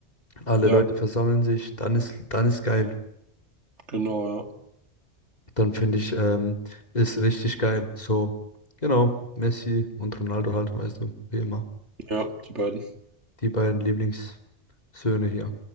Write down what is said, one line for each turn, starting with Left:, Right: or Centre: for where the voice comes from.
Left: alle
Right: Ja,
Left: Leute versammeln sich, dann ist, dann ist geil.
Right: genau,
Left: dann finde ich, ähm, ist richtig geil. So, genau, Messi und Ronaldo halt, weißt du, wie immer.
Right: ja. Ja, die beiden.
Left: Die beiden Lieblingssöhne hier.